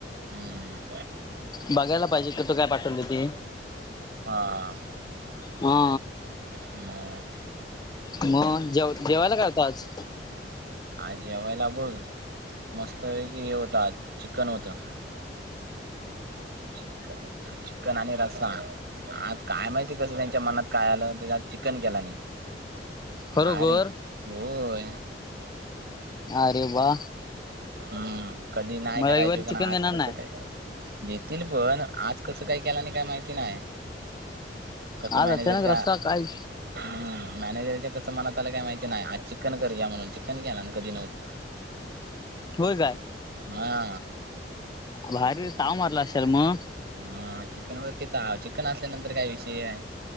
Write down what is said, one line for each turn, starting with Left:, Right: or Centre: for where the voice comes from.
Right: हम्म
Left: बघायला पाहिजे कुठं काय पाठवलंय ते.
Right: हा.
Left: हा
Right: म.
Left: मग, जेव जेवायला काय होता आज?
Right: आज जेवायला बघ मस्त पैकी हे होतं आज, चिकन होतं. चिकन, चिक्न आणि रसा. आज काय माहिती कसं त्यांच्या मनात काय आलं त्या आज चिकन केला नाही.
Left: खरोखर
Right: मारी हो.
Left: अरे वा.
Right: हम्म कधी नाही
Left: मग
Right: करायचे
Left: रविवारी चिकन
Right: पण आज
Left: देणार
Right: कसं
Left: नाही
Right: काय. तल पण आज कसं काय केलं आणि काय माहिती नाही. कसं
Left: आज
Right: मॅनेजर
Left: अचानक
Right: का.
Left: रस्ता काय
Right: हम् मॅनेजरच्या कस मनात त्याला काही माहिती नाही आज चिक्न करू घ म्हणून चिक्न घ्या ना कधी नव्हती-
Left: होय काय.
Right: हा.
Left: भारी ताव मारला असेल मग?
Right: हा, चिकन वरती तर हा, चिकन असल्यानंतर काय विषय आहे.